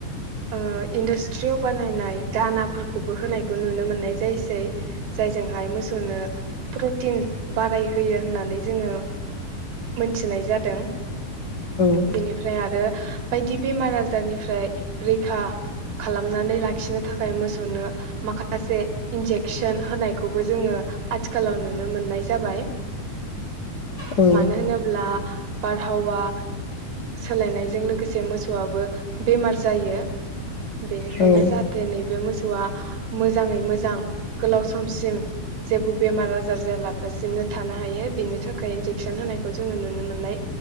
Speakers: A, on the right; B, on the left.
A: ओ इन्डास्ट्रियाव बानायनाय दानाफोरखौबो होनायखौ नुनो मोननाय जायसै जायजोंहाय मोसौनो प्रटिन बारायहोयो होननानै जोङो मोनथिनाय जादों
B: औ
A: बेनिफ्राय आरो बायदि बेमारा जारनिफ्राय रैखा खालामनानै लाखिनो थाखाय मोसौनो माखासे इन्जेकसन होनायखौबो जोङो आथिखालाव नुनो मोननाय जाबाय
B: औ
A: मानो होनोब्ला बारहावा सोलायनायजों लोगोसे मोसौआबो बेमार जायो। बेनिखायनो
B: औ औ
A: जाहाथे नैबे मोसौ आ मोजाङै मोजां गोलाव समसिम जेबो बेमार आजार जायालाफसिनो थानो हायो बेनि थाखाय इन्जेकसन होनायखौ जोङो नुनो मोननाय